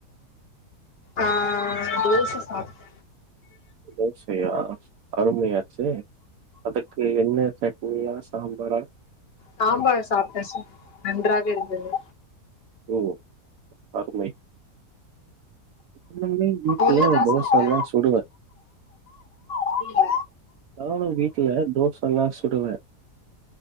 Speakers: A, on the left (about 45°); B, on the right (about 70°).
A: ஆ தோச சாப்ட்ட
B: தோசயா அருமையாச்சே அதுக்கு என்ன சட்னியா சாம்பாரா
A: சாம்பார் சாப்ட்ட சூப் நன்றாக இருந்தது
B: உ அருமை இன்னம்மே வீட்ல
A: ஒண்ணுதா
B: தோசல்லா
A: சாப்ட்டே
B: சுடுவ
A: புரியல
B: நானு வீட்ல தோசல்லா சுடுவ